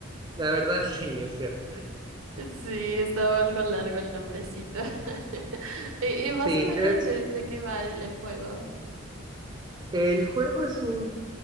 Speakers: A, on the right; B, on the right.
A: la verdad sí, es cierto.
B: Sí, estaba algo largo el nombrecito. <laughs> ¿Y, y más
A: Sí,
B: o menos
A: es-
B: de, de qué va el, el juego?
A: el juego es un,